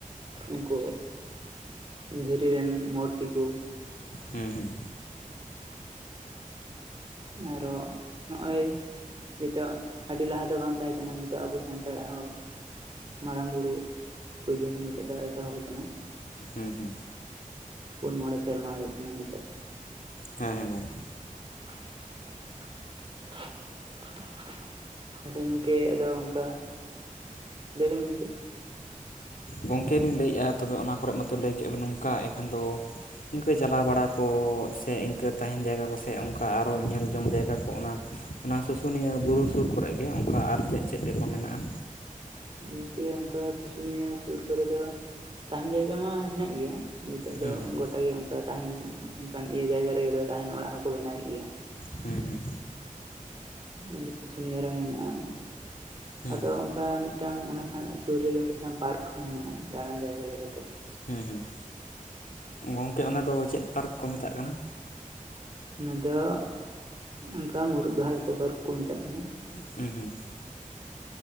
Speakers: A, on the right; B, on the left.
A: ᱩᱱᱠᱩ ᱫᱷᱤᱨᱤ ᱨᱮᱱ ᱢᱩᱨᱛᱤ ᱠᱚ
B: ᱦᱮᱸ ᱦᱮᱸ
A: ᱟᱨᱚ ᱱᱚᱜᱼᱚᱭ ᱱᱤᱛᱚᱜ ᱟᱹᱰᱤ ᱞᱟᱦᱟ ᱫᱚ ᱵᱟᱝ ᱛᱟᱦᱮ ᱠᱟᱱᱟ ᱱᱤᱛᱚᱜ ᱟᱵᱚ ᱥᱟᱱᱛᱟᱲᱟᱜ ᱦᱚ ᱢᱟᱨᱟᱝ ᱵᱩᱨᱩ ᱯᱩᱡᱟᱹ ᱦᱚ ᱱᱤᱛᱚᱜ ᱫᱚ ᱮᱛᱚᱦᱚᱵ ᱟᱠᱟᱱᱟ
B: ᱦᱮᱸ ᱦᱮᱸ
A: ᱯᱩᱱ ᱢᱚᱬᱮ ᱥᱮᱨᱢᱟ ᱦᱩᱭᱩᱜ ᱠᱟᱱᱟ ᱱᱤᱛᱚᱜ
B: ᱦᱮᱸ ᱦᱮᱸ ᱜᱚᱝᱠᱮ
A: <unintelligible> ᱟᱫᱚ ᱜᱚᱝᱠᱮ ᱟᱫᱚ ᱚᱱᱠᱟ ᱞᱟᱹᱭ ᱵᱮᱱ ᱜᱚᱝᱠᱮ
B: ᱜᱚᱝᱠᱮ ᱞᱤᱧ ᱞᱟᱹᱭ ᱮᱫᱼᱟ ᱛᱚᱵᱮ ᱚᱱᱟ ᱠᱚᱨᱮ ᱢᱟᱛᱚ ᱞᱟᱹᱭ ᱠᱮᱫ ᱟᱵᱮᱱ ᱱᱚᱝᱠᱟ ᱮᱱᱠᱷᱟᱱ ᱫᱚ ᱤᱱᱠᱟᱹ ᱪᱟᱞᱟᱣ ᱵᱟᱲᱟ ᱠᱚ ᱥᱮ ᱤᱱᱠᱟᱹ ᱛᱟᱦᱮᱱ ᱡᱟᱭᱜᱟ ᱠᱚ ᱥᱮ ᱚᱱᱠᱟ ᱧᱮᱞ ᱡᱚᱝ ᱡᱟᱭᱜᱟ ᱠᱚ ᱚᱱᱟ, ᱚᱱᱟ ᱥᱩᱥ ᱩᱱᱤᱭᱟᱹ ᱵᱩᱨᱩ ᱥᱩᱨ ᱠᱚᱨᱮ ᱜᱮ ᱚᱱᱠᱟ ᱟᱨ ᱪᱮᱫ ᱪᱮᱫ ᱠᱚ ᱢᱮᱱᱟᱜᱼᱟ
A: ᱤᱱᱠᱟᱹ ᱚᱱᱠᱟ ᱥᱩᱥᱩᱱᱤᱭᱟᱹ ᱥᱩᱨ ᱠᱚᱨᱮ ᱫᱚ ᱛᱟᱦᱮᱱ ᱡᱟᱭᱜᱟ ᱢᱟ ᱦᱮᱱᱟᱜ ᱜᱮᱭᱟ ᱱᱤᱛᱚᱜ
B: ᱦᱮᱸ
A: ᱫᱚ
B: ᱦᱮᱸ
A: ᱜᱚᱴᱟ ᱜᱮ ᱚᱱᱠᱟ ᱛᱟᱦᱮᱱ ᱚᱱᱠᱟᱱ ᱤᱭᱟᱹ ᱡᱟᱭᱜᱟ ᱨᱮᱜᱮ ᱫᱚ ᱛᱟᱦᱮᱱ ᱚᱲᱟᱜ ᱦᱚ ᱠᱚ ᱵᱮᱱᱟᱣᱮᱫ ᱜᱮᱭᱟ
B: ᱦᱮᱸ ᱦᱮᱸ
A: ᱱᱚᱸᱰᱮ ᱥᱩᱥᱩᱱᱤᱭᱟᱹ ᱨᱮᱦᱚᱸ ᱦᱮᱱᱟᱜᱼᱟ
B: ᱦᱮᱸ
A: ᱟᱫᱚ ᱚᱱᱠᱟ ᱢᱤᱫ ᱴᱟᱝ ᱚᱱᱟ ᱥᱩᱨ ᱨᱮᱜᱮ ᱢᱤᱫ ᱴᱟᱝ ᱯᱟᱨᱠ ᱦᱚᱸ ᱦᱮᱱᱟᱜᱼᱟ ᱫᱟᱬᱟᱱ ᱡᱟᱭᱜᱟ ᱞᱮᱠᱟ ᱛᱮ
B: ᱦᱩᱸ ᱦᱩᱸ ᱜᱚᱝᱠᱮ ᱚᱱᱟ ᱫᱚ ᱪᱮᱫ ᱯᱟᱨᱠ ᱠᱚ ᱢᱮᱛᱟᱜ ᱠᱟᱱᱟ
A: ᱚᱱᱟ ᱫᱚ ᱚᱱᱠᱟ ᱢᱩᱨᱩᱫ ᱵᱟᱦᱟ ᱤᱠᱳ ᱯᱟᱨᱠ ᱠᱚ ᱢᱮᱛᱟᱜ ᱠᱟᱱᱟ
B: ᱦᱩᱸ ᱦᱩᱸ